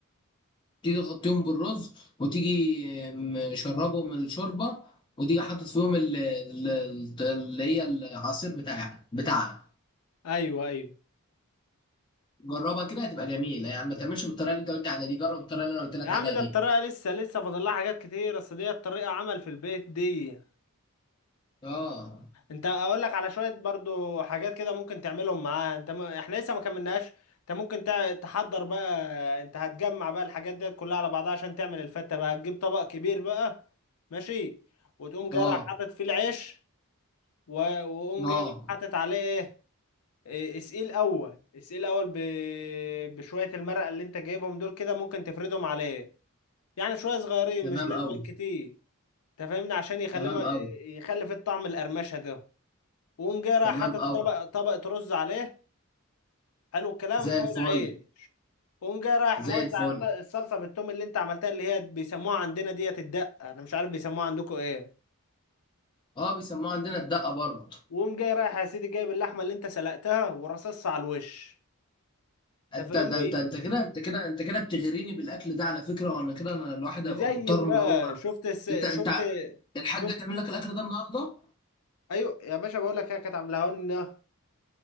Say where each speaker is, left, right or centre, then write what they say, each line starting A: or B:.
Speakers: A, on the left (about 20°); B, on the left (about 80°).
A: تيجي تغطيهم بالرز وتيجي مشربهم الشوربه وتيجي حاطط فيهم ال- ال- ال- اللي هي العصير بتاع بتاعها
B: ايوه ايوه
A: جربها كده هتبقى جميله يعني ما تعملش بالطريقه اللي انت قلت عليها دي جرب الطريقه اللي انا قلت لك
B: يا عم
A: عليها
B: ده
A: دي
B: الطريقة لسه لسه فاضل لها حاجات كتير اصل ديت طريقة عمل في البيت دي
A: اه
B: انت اقول لك على شويه برضو حاجات كده ممكن تعملهم معاها انت م... احنا لسه ما كملناش انت ممكن تع- تحضر بقى انت هتجمع بقى الحاجات ديت كلها على بعضها عشان تعمل الفته بقى هتجيب طبق كبير بقى ماشي وتقوم جاي
A: اه
B: رايح حاطط فيه العيش و... وقوم
A: اه
B: جاي رايح حاطط عليه ايه إيه، اسئيل اول اسئيل اول ب... بشويه المرقه اللي انت جايبهم دول كده ممكن تفردهم عليه يعني شويه صغيرين
A: تمام
B: مش لازم
A: قوي
B: كتير انت فاهمني عشان يخلي
A: تمام
B: ما...
A: قوي
B: يخلي في الطعم القرمشه ده وقوم جاي رايح
A: تمام
B: حاطط
A: قوي
B: طبق طبق رز عليه حلو الكلام
A: زي
B: فوق
A: الفل
B: العيش وقوم جاي رايح
A: زي
B: موزع
A: الفل
B: الط- الصلصه بالثوم اللي انت عملتها اللي هي بيسموها عندنا ديت الدقه انا مش عارف بيسموها عندكم ايه
A: اه بيسموها عندنا الدقه برضه
B: وقوم جاي رايح يا سيدي جايب اللحمه اللي انت سلقتها ورصصها على الوش
A: انت
B: انت فاهمني
A: ده انت انت كده انت كده انت كده بتغريني بالاكل ده على فكره وانا كده انا الواحد
B: وزين
A: هيبقى مضطر
B: بقى
A: ان هو
B: شفت الس...
A: انت انت
B: شفت
A: الحاجه
B: شفت
A: هتعمل لك الاكل ده النهارده
B: ايوه يا باشا بقول لك هي كانت عاملاها لنا